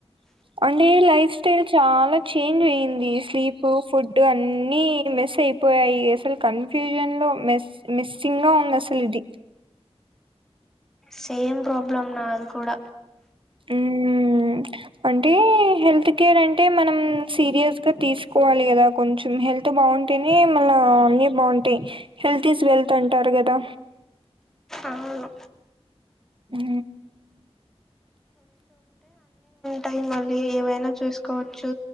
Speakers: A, on the right; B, in the centre.
A: అంటే లైఫ్ స్టైల్ చాలా చేంజ్ అయింది. స్లీప్ ఫుడ్ అన్నీ మిస్ అయిపోయాయి. అసలు కన్ఫ్యూజన్ లో మిస్ మిస్సింగ్ ఉంది అసలు ఇది.
B: సేమ్ ప్రాబ్లం నాది కూడ
A: ఊమ్ అంటే హెల్త్ కేర్ అంటే మనం సీరియస్గా తీసుకోవాలి. కదా కొంచెం హెల్త్ బాగుంటేనే మళ్ళ అన్నీ బాగుంటాయి. హెల్త్ ఈజ్ వెల్త్ అంటారు కదా.
B: అవును
A: హూ
B: టైం మళ్ళీ ఏవైనా చూసుకోవచ్చు.